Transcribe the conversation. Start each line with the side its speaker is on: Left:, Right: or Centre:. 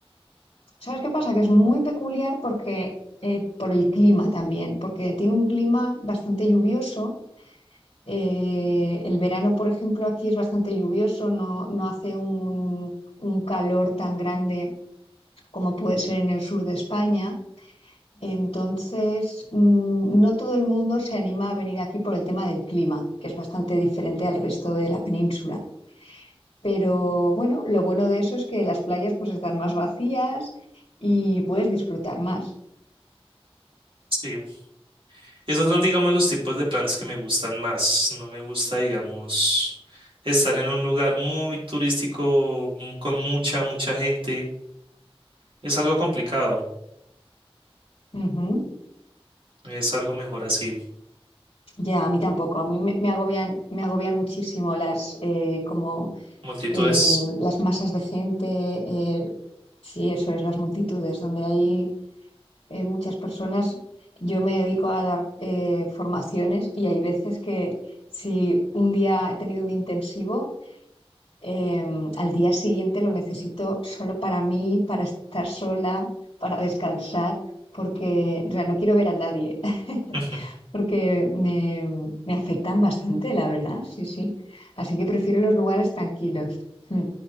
Left: ¿sabes qué pasa? Que es muy peculiar porque eh, por el clima también, porque tiene un clima bastante lluvioso. Eh, el verano, por ejemplo, aquí es bastante lluvioso, no, no hace un, un calor tan grande como puede ser en el sur de España. Entonces, mm, no todo el mundo se anima a venir aquí por el tema del clima, que es bastante diferente al resto de la península. Pero bueno, lo bueno de eso es que las playas pues están más vacías y puedes disfrutar más.
Right: Sí, esos son, digamos, los tipos de planes que me gustan más. No me gusta, digamos, estar en un lugar muy turístico, mm, con mucha, mucha gente. Es algo complicado.
Left: Ujú.
Right: Es algo mejor así.
Left: Ya, a mí tampoco. A mí me, me agobian, me agobian muchísimo las eh, como
Right: Multitudes.
Left: eh, las masas de gente, eh, sí, eso es, las multitudes, donde hay eh, muchas personas, yo me dedico a dar eh, formaciones y hay veces que si un día he tenido un intensivo, eh, al día siguiente lo necesito solo para mí, para estar sola, para descansar, porque o sea, no quiero ver a nadie, <laughs>
Right: <laughs>
Left: porque me, me afectan bastante, la verdad, sí, sí. Así que prefiero los lugares tranquilos mm,